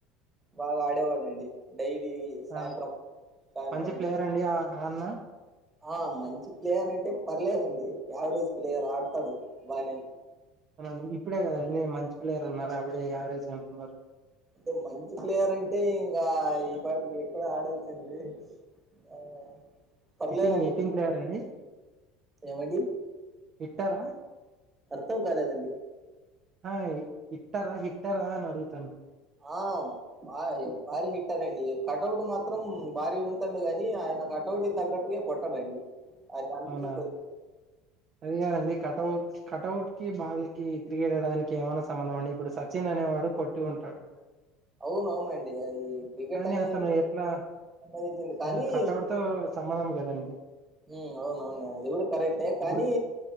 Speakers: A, on the right (about 25°); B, on the right (about 45°).
A: బాగా ఆడేవాడండి డైలీ సాయంత్రం
B: ఆ
A: సాయంత్రం
B: మంచి ప్లేయర్ అండి ఆ అన్న
A: ఆ మంచి ప్లేయర్ అంటే పర్లేదండి యావరేజ్ ప్లేయర్ ఆడతాడు బానే
B: అవుండి ఇప్పుడే కదండి మంచి ప్లేయర్ అన్నారు అప్పుడే యావరేజ్ అంటున్నారు
A: అంటే మంచి ప్లేయర్ అంటే ఇంకా ఈ పాటికి ఇక్కడ ఆడల్సింది ఆ పర్లేదండి
B: హిట్టింగ్ హిట్టింగ్ ప్లేయర్ అండి
A: ఎవండి
B: ట్టరా
A: అర్థం కాలేదండి
B: ఆ ఇట్టర హిట్టర అని అడుగుతన
A: ఆ ఆ ఇగ భారీ హిట్టరండి కటౌట్ మాత్రం భారీ ఉంటుంది గాని ఆయన గ కటౌటి తగ్గటు కొట్టడండి అది అందుకే
B: అవునా
A: కొ
B: అది గాదండి కటౌట్స్ కటౌటుకి బాల్కీ క్రికెట్ ఆడడానికి ఏమైనా సంబంధం అండి ఇప్పుడు సచిన్ అనేవాడు పొట్టిగుంటాడు
A: అవున అవునండి అది క్రికెట్
B: కానీ
A: అనేది
B: అతను ఎట్లా
A: సంపాదించింది కానీ
B: ఆ, కటౌట్ తో సంబంధం లేదండి.
A: ఉమ్ అవునవును అది కూడా కరెక్టే కానీ
B: ఇప్పుడు